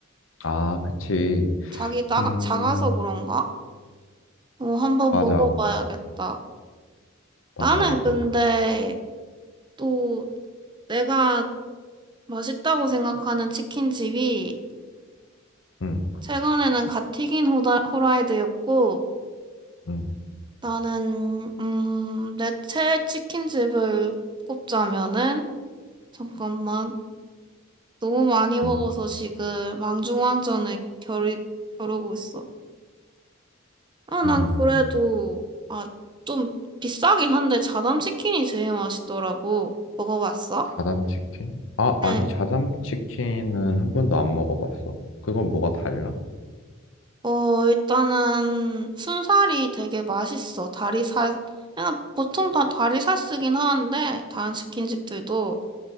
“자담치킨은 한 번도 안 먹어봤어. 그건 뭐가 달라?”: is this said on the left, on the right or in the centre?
Left